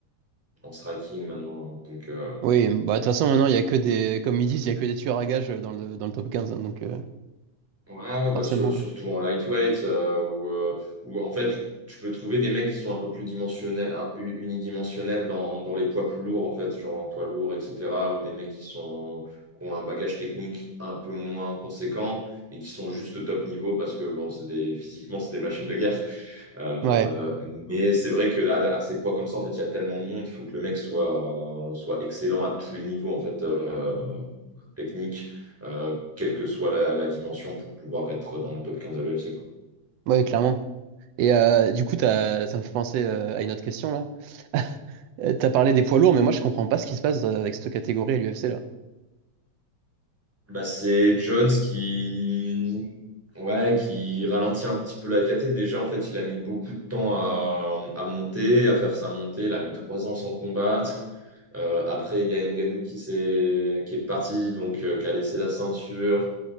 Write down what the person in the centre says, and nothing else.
en striking maintenant. hein. Donc, euh,
ouais, ouais, bah,
sur- surtout
en lightweight, euh, où, euh, où, en fait, tu peux trouver des mecs qui sont un peu plus dimensionnels, hein, u- unidimensionnels dans, dans les poids plus lourds, en fait, genre en poids lourd, etc., ou des mecs qui sont, qui ont un bagage technique un peu moins conséquent et qui sont juste au top niveau parce que, bon, c'est des, physiquement, c'est des machines de guerre. Euh,
mais c'est vrai que à, à ces poids comme ça, en fait, il y a tellement de monde, il faut que le mec soit, soit excellent à tous les niveaux, en fait. euh, technique, euh, quelle que soit la, la, dimension, pour pouvoir être dans le top 15 à l'UFC.
Bah, c'est Jones qui... Ouais, qui ralentit un petit peu la KT. Déjà, en fait, il a mis beaucoup de temps à, à monter, à faire sa montée. Il a mis trois ans sans combattre. Euh, après, il y a Ngannou qui, s'est qui est parti, donc euh, qui a laissé la ceinture.